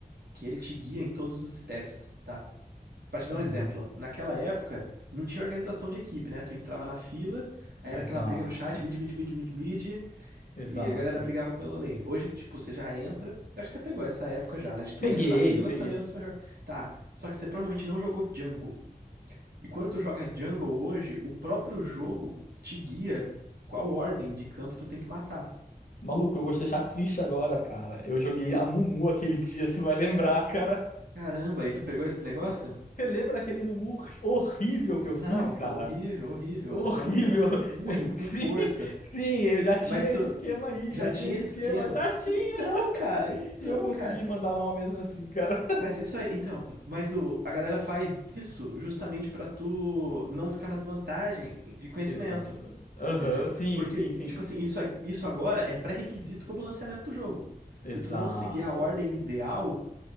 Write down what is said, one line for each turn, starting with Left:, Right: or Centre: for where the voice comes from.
Right: que ele te guia em todos os steps, tá? Pra te dar
Left: Uhum.
Right: um exemplo, naquela época não tinha organização de equipe, né? Tu entrava na fila, aí era
Left: Exato,
Right: aquela briga no chat, mid, mid, mid, mid, mid.
Left: exato.
Right: E a galera brigava pela lane. Hoje, tipo, você já entra. Eu acho que você pegou essa época já, né? De tu
Left: Peguei,
Right: entra na fila
Left: peguei.
Right: sabendo que você vai jogar. Tá. Só que você provavelmente não jogou jungle. E quando tu joga jungle hoje, o próprio jogo te guia qual ordem de campo tu tem que matar.
Left: Maluco, eu vou te deixar triste agora, cara. Eu joguei a Mumu aquele dia, você vai lembrar, cara.
Right: Caramba, e tu pegou esse negócio?
Left: Você lembra daquele Mumu horrível que eu fiz,
Right: Não,
Left: cara?
Right: horrível, horrível.
Left: Horrível.
Right: O maluco era ruim,
Left: <laughs>
Right: com
Left: Sim,
Right: força.
Left: sim, eu já tinha
Right: Mas tu
Left: esse esquema aí,
Right: já
Left: já
Right: tinha
Left: tinha esse
Right: esse
Left: esquema,
Right: esquema.
Left: já tinha.
Right: Então, cara, então,
Left: E eu consegui
Right: cara.
Left: mandar mal mesmo assim, cara.
Right: Mas isso aí, então, mas o, a galera faz isso justamente pra tu não ficar na desvantagem
Left: <laughs>
Right: de conhecimento,
Left: Exato. Aham,
Right: entendeu?
Left: sim,
Right: Porque,
Left: sim, sim.
Right: tipo assim, isso, a- isso agora é pré-requisito pro balanceamento do jogo.
Left: Exato.
Right: Se tu não seguir a ordem ideal,